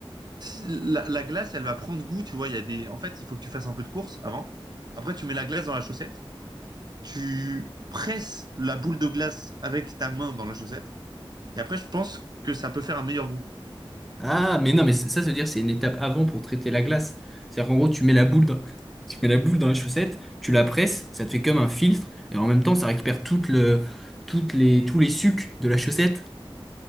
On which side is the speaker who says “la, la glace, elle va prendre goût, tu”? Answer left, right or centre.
Right